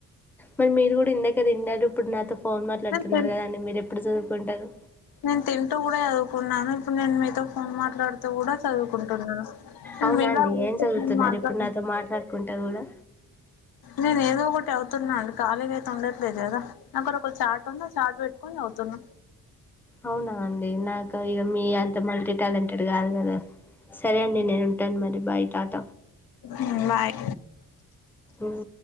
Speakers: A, in the centre; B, on the left.
A: మరి మీరు గూడ ఇందేక తిన్నరు ఇప్పుడు నాతో ఫోన్ మాట్లాడుతున్నారు
B: ని
A: గదండీ. మీరెప్పుడు చదువుకుంటారు?
B: నేను తింట కూడా అదకున్నా ఇప్పుడు నేను తొ ఫోన్ మాట్లాడుతూ కూడా చదువుకుంటున్నాను నన్
A: అవునా
B: మీలా
A: అండి?
B: ఊకె
A: ఏం చదువుతున్నారు
B: మాట్లా
A: ఇప్పుడు నాతో మాట్లాడుకుంటా గూడా?
B: నేను ఏదో ఒకటి అవుతున్నాండి ఖాలీగ అయితె ఉండట్లేదు కదా నాకు కూడా కొంచం చార్ట్ ఉంద చార్ట్ వేట్కుని చవుతన్న
A: అవునా అండి నాకు ఇగ మీ అంత మల్టీ టాలెంటెడ్ ఆదు గదా సరే అండి నేను ఉంటాను మరి బాయ్ టాట
B: మ్ బాయ్
A: ఉం